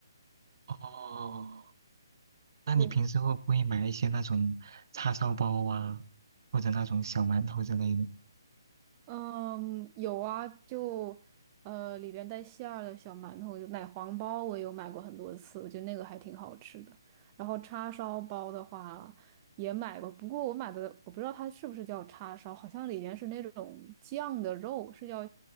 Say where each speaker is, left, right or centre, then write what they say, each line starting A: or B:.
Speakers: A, on the right; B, on the right.
A: 哦，那你平时会不会买一些那种叉烧包啊，
B: 对。
A: 或者那种小馒头之类的？
B: 嗯，有啊，就呃里边带馅儿的小馒头，就奶黄包，我有买过很多次，我觉得那个还挺好吃的。然后叉烧包的话也买过，不过我买的我不知道它是不是叫叉烧，好像里面是那种酱的肉，是叫